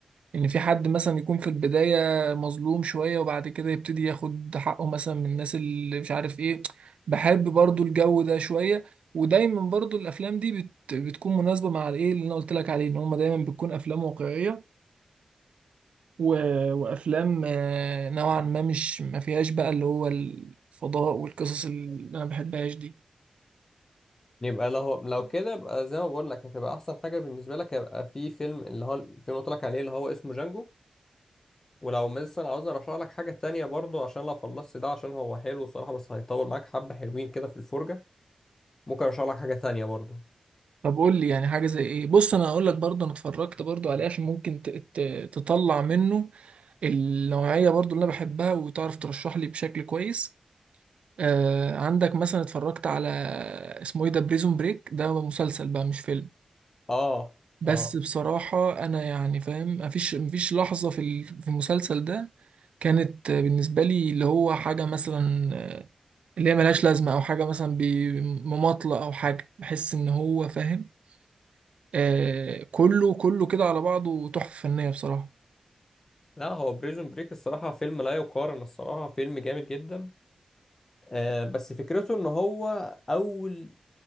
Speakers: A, on the right; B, on the left.
A: ان في حد مثلا يكون في البداية مظلوم شوية وبعد كده يبتدي ياخد حقه مثلا من الناس اللي مش عارف ايه بحب برضو الجو ده شوية ودايما برضو الافلام دي بت بتكون مناسبة مع الايه اللي انا قلت لك عليه ان هما دايما بتكون افلام واقعية و... وافلام آه، نوعا ما مش ما فيهاش بقى اللي هو الفضاء والقصص اللي انا بحبهاش دي
B: يبقى لو لو كده يبقى زي ما بقول لك هتبقى احسن حاجه بالنسبه لك هيبقى في فيلم اللي هو الفيلم اللي قلت لك عليه اللي هو اسمه جانجو ولو مثلا عاوز ارشح لك حاجه تانية برضو عشان لو خلصت ده عشان هو حلو الصراحه بس هيطول معاك حبه حلوين كده في الفرجه ممكن ارشح لك حاجه تانية برضو
A: طب قول لي يعني حاجه زي ايه بص انا هقول لك برضه انا اتفرجت برضه عليه عشان ممكن ت... ت... تطلع منه النوعيه برضه اللي انا بحبها وتعرف ترشح لي بشكل كويس آه عندك مثلا اتفرجت على اسمه ايه ده بريزون بريك ده مسلسل بقى مش فيلم
B: اه
A: بس
B: اه
A: بصراحة أنا يعني فاهم مفيش مفيش لحظة في ال- في المسلسل ده كانت بالنسبة لي اللي هو حاجة مثلا آه، اللي هي ملهاش لازمة أو حاجة مثلا بمماطلة أو حاجة بحس إن هو فاهم آه كله كله كده على بعضه تحفة فنية بصراحة
B: لا هو بريزون بريك الصراحه فيلم لا يقارن الصراحه فيلم جامد جدا آه بس فكرته ان هو اول